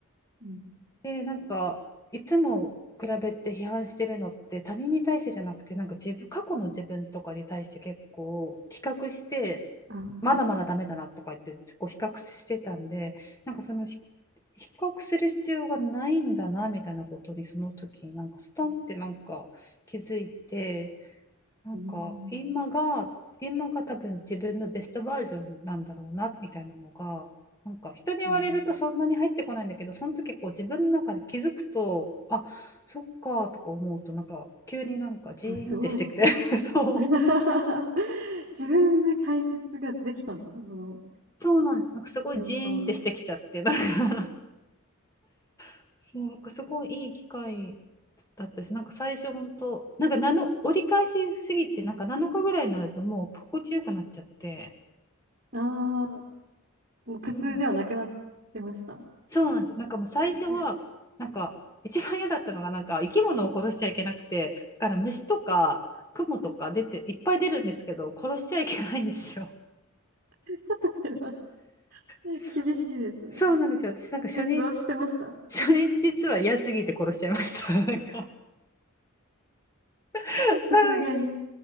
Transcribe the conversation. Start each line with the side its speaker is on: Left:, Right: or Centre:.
Right: うん
Left: で、なんか、いつも比べて批判してるのって他人に対してじゃなくて、なんか自分、過去の自分とかに対して結構比較して、
Right: あーうん
Left: まだまだダメだなとか言って、こう比較してたんで、なんかそのひ比較する必要がないんだなみたいなことに、その時になんかストンってなんか気づいて、
Right: う
Left: なんか今が今が多分自分のベストバージョンなんだろうなみたいなのがなんか人に言われるとそんなに入ってこないんだけどその時こう自分の中で気づくとあそっかとか思うとなんか急になんかジーンってしてきて
Right: んうんあ、すごいですね。
Left: <laughs> そう
Right: <laughs> 自分で解決ができたんですね、この
Left: そうなんですなんかすごいジーンってしてきちゃってなんか
Right: 瞑想。
Left: <laughs> もうなんかすごいいい機会だったしなんか最初本当なんかなの折り返しすぎてなんか7日ぐらいになるともう心地よくなっちゃって
Right: ああー、もう苦痛ではなくなってました。
Left: そうそうなんですよ。なんかもう最初は、
Right: 全く
Left: なんか一番嫌だったのが、なんか生き物を殺しちゃいけなくて、だから虫とかクモとか出て、いっぱい出るんですけど、殺しちゃいけないんですよ。
Right: ちょっとそれは <laughs>
Left: そう、
Right: 厳しいですね。
Left: そうなんですよ。私なんか初日、
Right: え、どうしてました <laughs>
Left: 初日実は嫌すぎて殺しちゃいました。なんか、<laughs>
Right: さすがに。